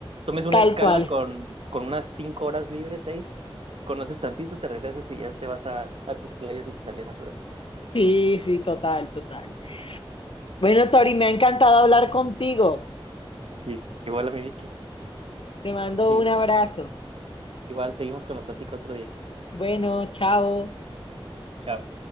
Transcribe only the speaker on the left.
Tal
cual.
Sí, sí, total, total. Bueno, Tori, me ha encantado hablar contigo.
Te mando
un abrazo.
Bueno, chao.